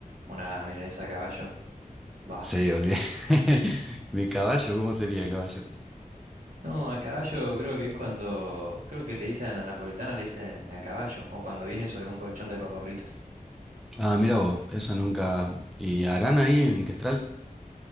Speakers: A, on the right (about 65°); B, in the centre.
A: una milanesa a caballo. Va.
B: Sí, olvidé.
A: <laughs>
B: <laughs> ¿De caballo? ¿Cómo sería de caballo?
A: No, a caballo creo que es cuando. Creo que le dicen a la napolitana, le dicen a caballo. O cuando viene sobre un colchón de papas fritas.
B: Ah, mira vos, esa nunca. ¿Y harán ahí en Questral?